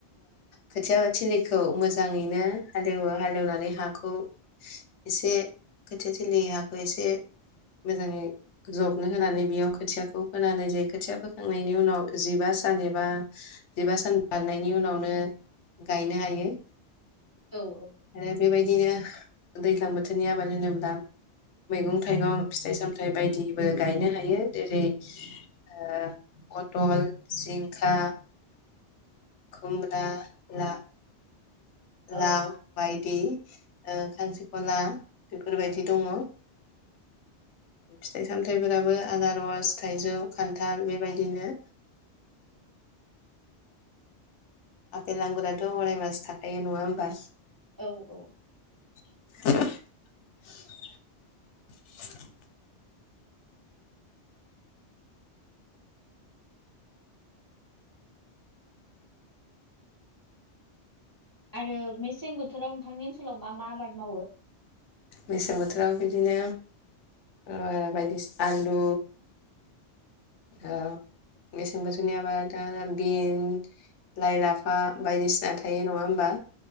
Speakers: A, on the left (about 85°); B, on the right (about 20°).
A: खोथिया थिलिखौ मोजाङैनो हालेवो हालेवनानै हाखौ एसे खोथिया थिलि हाखौ एसे मोजाङै जबनो होनानै बेयाव खोथियाखौ फोनाय जायो खोथिया फोखांनायनि उनाव जिबा सान जेनेबा जिबा सान बारनायनि उनावनो गायनो हायो।
B: औ औ।
A: आरो बेबायदिनो दैज्लां बोथोरनि आबाद होनोब्ला मैगं-थाइगं फिथाइ-सामथायाइ बायदिबो गायनो हायो जेरै ओ पटल, जिंखा खुमब्रा, ला
B: औ
A: लाव बायदि ओ खांख्रिखला बेफोरबायदि दङ। फिथाइ-सामथाइफोराबो आनारस, थाइजौ, खान्थाल बेबायदिनो आफेल आंगुराथ' अराय मास थाखायो नङा होमबा
B: औ औ
A: <inaudible>
B: आरो मेसें बोथोराव नोंथांनि ओनसोलाव मा मा आबाद मावो?
A: मेसें बोथोराव बिदिनो ओ बायदिसिना आलु ओ मेसें बोथोरनियाबा दा बिन, लाइ, लाफा बायदिसिना थायो नङा होमबा